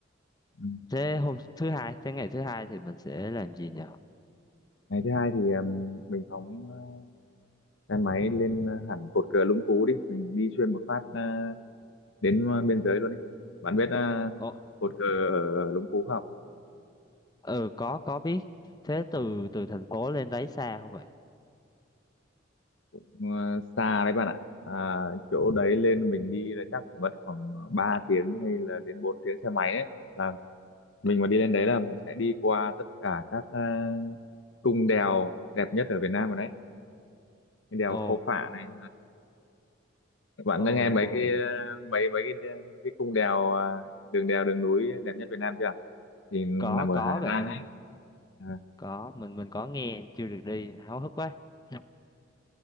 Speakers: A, on the left (about 80°); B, on the left (about 20°).
A: Ừ.
B: Thế hôm thứ hai, thế ngày thứ hai thì mình sẽ làm gì nhỉ?
A: ngày thứ hai thì um, mình phóng uh, xe máy lên uh, hẳn cột cờ Lũng Cú đi mình đi xuyên một phát uh, đến uh, biên giới luôn đi bạn biết uh,
B: Ờ,
A: cột cờ ở Lũng Cú không
B: ừ có có biết thế từ từ thành phố lên đấy xa không bạn
A: Uh, xa đấy bạn ạ à, chỗ đấy lên mình đi là chắc phải mất khoảng ờ, 3 tiếng hay là đến 4 tiếng xe máy đấy là mình mà đi lên đấy là mình sẽ đi qua tất cả các uh, cung đèo đẹp nhất ở Việt Nam rồi đấy Cái đèo
B: ồ
A: Khao Phạ này bạn
B: ồ
A: đã nghe mấy
B: ồ
A: cái ờ, mấy mấy cái cái cung đèo ờ, đường đèo đường núi đẹp nhất Việt Nam chưa thì nằm
B: có
A: ở
B: có
A: Hà
B: bạn
A: Giang
B: ơi
A: ấy à.
B: có mình mình có nghe chưa được đi háo hức quá <laughs> Dạ.